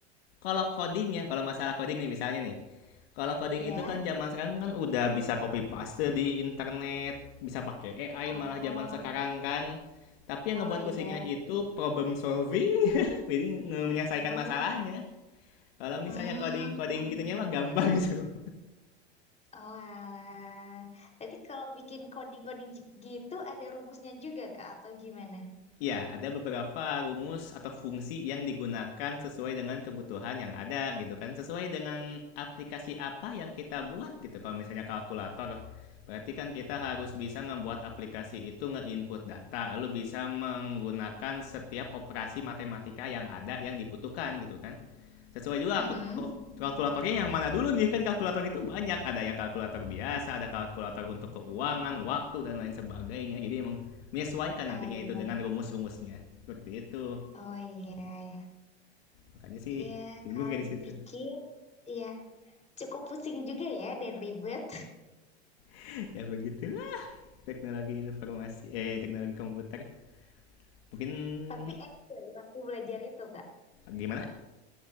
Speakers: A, on the left (about 60°); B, on the left (about 20°).
A: kalau codingnya, kalau masalah coding nih misalnya nih Kalau coding
B: Iya.
A: itu kan zaman sekarang kan udah bisa copy paste di internet, bisa pakai AI
B: Oh,
A: malah zaman sekarang kan. Tapi yang
B: oh
A: ngebuat pusingnya
B: iya.
A: itu problem solving, <laughs> jadi nge- menyelesaikan
B: Oh.
A: masalahnya. Kalau misalnya
B: Hmm.
A: coding-coding
B: <laughs>
A: gitunya mah gampang <laughs> gitu.
B: Oh, alah. Berarti kalau bikin coding-coding j- gitu ada rumusnya juga Kak atau gimana?
A: Ya, ada beberapa rumus atau fungsi yang digunakan sesuai dengan kebutuhan yang ada gitu kan. Sesuai dengan aplikasi apa yang kita buat gitu. Kalau misalnya kalkulator, berarti kan kita harus bisa membuat aplikasi itu nge-input data. Lalu bisa menggunakan setiap operasi matematika yang ada yang dibutuhkan gitu kan sesuai juga
B: Mm-mm.
A: kalkulatornya yang mana dulu nih kan kalkulator itu banyak ada yang kalkulator biasa ada kalkulator untuk keuangan waktu dan lain sebagainya jadi emang menyesuaikan
B: Oh
A: nantinya
B: iya.
A: itu dengan rumus-rumusnya seperti itu
B: Oh iya. iya.
A: makanya sih
B: Iya,
A: bingung
B: kalau
A: ya di situ
B: dipikir, iya cukup pusing juga ya dan ribet.
A: <laughs> ya begitulah teknologi informasi eh teknologi komputer mungkin
B: <laughs> Tapi enjoy waktu belajar itu, Kak.
A: gimana